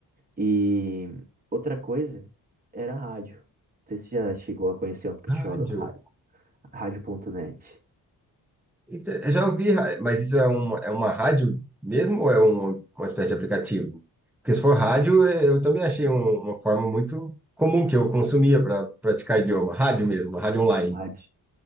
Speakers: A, on the right (about 25°); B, in the centre.
A: E outra coisa era a rádio. Não sei se você já chegou a conhecer um aplicativo
B: Rádio.
A: chamado ra- rádio.net.
B: Inte- Eu já ouvi, ra- mas isso é uma, é uma rádio mesmo ou é uma, uma espécie de aplicativo? Porque se for rádio, eh, eu também achei um- uma forma muito comum que eu consumia para praticar idioma. Rádio mesmo, rádio online.
A: Rádio.